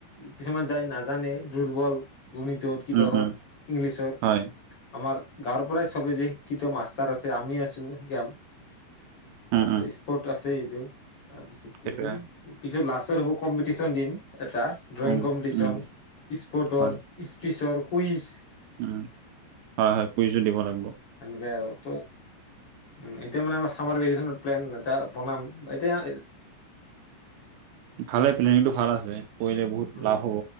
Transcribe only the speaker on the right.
উম
উম
হয়
উম উম
সেইটোৱে
উম
উম
হয়
উম, হয়, হয়! কুইজও দিব লাগিব।
ভালে, প্লেনিংটো ভাল আছে। কৰিলে বহুত
লাভ হ'ব